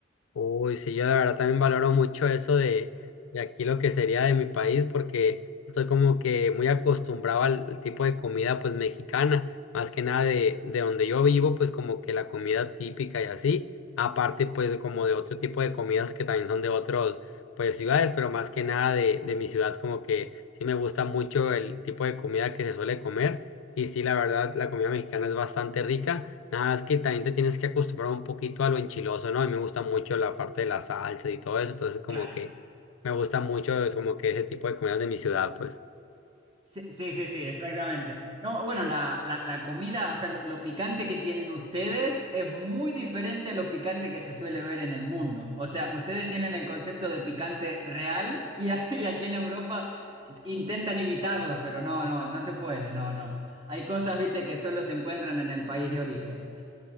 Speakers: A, on the left (about 80°); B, on the right (about 25°).
A: Uy, sí, yo la verdad también valoro mucho eso de, de aquí lo que sería de mi país, porque estoy como que muy acostumbrado al, al tipo de comida pues mexicana, más que nada de, de donde yo vivo, pues como que la comida típica y así, aparte pues como de otro tipo de comidas que también son de otros pues ciudades, pero más que nada de, de mi ciudad como que sí me gusta mucho el tipo de comida que se suele comer y sí, la verdad la comida mexicana es bastante rica. Nada, es que también te tienes que acostumbrar un poquito a lo enchiloso, ¿no? A mí me gusta mucho la parte de la salsa y todo eso, entonces como
B: Claro,
A: que me gusta mucho, es como que ese tipo de comidas de mi ciudad, pues.
B: Sí, sí, sí, sí, exactamente. No, bueno, la, la- la comida, o sea, lo, lo picante que tienen ustedes es muy diferente a lo picante que se suele ver en el mundo. O sea, ustedes tienen el concepto de picante real y, a- <laughs> y aquí en Europa intentan imitarlos, pero no, no, no se puede, no, no. Hay cosas, viste, que solo se encuentran en el país de origen.